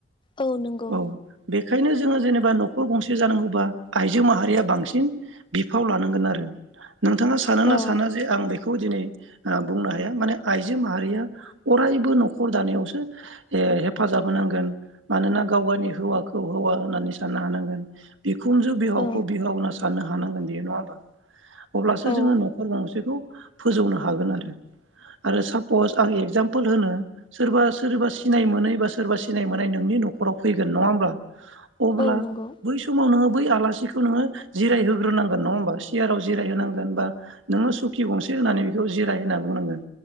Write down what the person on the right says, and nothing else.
औ बेखायनो जोङो जेनेबा नखर गंसे जानांगौबा आइजो माहारिया बांसिन बिफाव लानांगोन आरो नोंथाङा सानो ना
साना जे आं बेखौ दिनै ओ बुंनो हाया माने आइजो माहारिया अरा रायबो नखर दानायावसो ए हेफाजाब होनांगोन मानोना गाव गावनि हौवाखौ हौवा होननानै सा साननो हानांगोन बिखुनजो बिहावखौ
बिहाव होनना साननो हानांगोन बेयो नङा होमबा अब्लासो
जोङो नखर गंसेखौ फोजौनो हागोन आरो आरो सापस आरो एक्जामपोल होनो सोरबा सोरबा सिनाय मोनै बा सोरबा सिनाय मोननाय नो नि नखराव फैगोन नङा होनबा अब्ला
बै समाव नोङो बै आलासि खौ नोङो जिराय होग्रोनांगोन नङा होनबा सियाराव जिराय होनांगोन बा नोङो सुखि गंसे होनानै बेखौ जिराय होनना बुंनांगोन